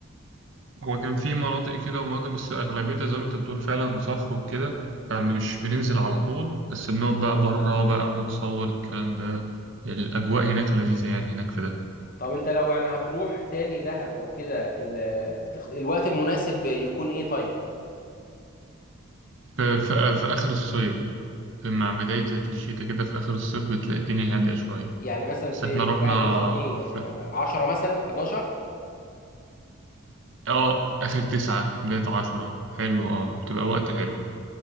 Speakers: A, on the right; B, on the left.
A: هو كان في مناطق كده ومناطق بس أغلبيتها زي ما أنت بتقول فعلا صخر وكده فمش بننزل على طول بس بنقعد بقى بره بقى بنتصور الكلام ده الأجواء هناك لذيذة يعني هناك في ده
B: طب انت لو يعني هتروح تاني دهب او كده ال- تخ- الوقت المناسب يكون ايه طيب
A: في, في, في آخر الصيف في مع بداية الشتاء كده في آخر الصيف بتلاقي الدنيا هادية شوية
B: يعني مثلا
A: بس
B: في
A: إحنا رحنا
B: في شهر مثلا ايه يعني
A: في
B: 10 مثلا 11
A: آه آخر تسعة بداية عشرة حلو آه بتبقى وقت حلو